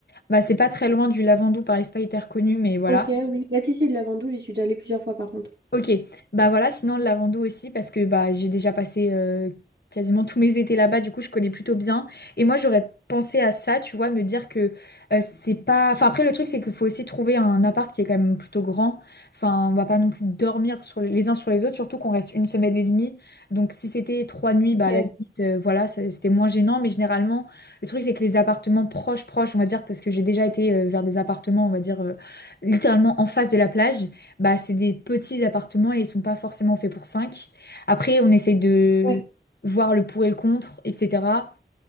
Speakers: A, on the left; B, on the right.
A: Bah, c'est pas très loin du Lavandou, pareil, c'est pas hyper connu, mais voilà.
B: Ok, oui. Bah, si, si, de la Ventouse, j'y suis déjà allée plusieurs fois, par contre.
A: Ok, bah voilà, sinon le Lavandou aussi, parce que bah, j'ai déjà passé euh, quasiment tous mes étés là-bas, du coup je connais plutôt bien. Et moi j'aurais pensé à ça, tu vois, me dire que euh, c'est pas... Enfin après le truc c'est qu'il faut aussi trouver un appart qui est quand même plutôt grand. Enfin on va pas non plus dormir sur les les uns sur les autres, surtout qu'on reste une semaine et demie. Donc si c'était trois nuits,
B: Ok,
A: bah à la limite, euh, voilà, ça- c'était moins gênant. Mais généralement le truc c'est que les appartements proches, proches, on va dire, parce que j'ai déjà été euh, vers des appartements, on va dire, euh, littéralement en face de la plage. Bah, c'est des petits appartements et ils sont pas forcément faits pour cinq Après, on essaye de
B: ouais.
A: voir le pour et le contre, etc.